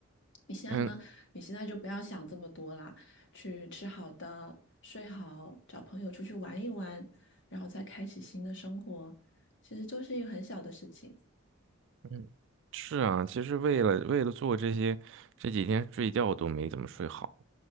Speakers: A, on the left; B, on the right.
A: 你现在呢？
B: 嗯，
A: 你现在就不要想这么多啦，去吃好的，睡好，找朋友出去玩一玩，然后再开启新的生活，其实就是一个很小的事情。
B: 嗯，是啊，其实为了为了做这些，这几天睡觉都没怎么睡好，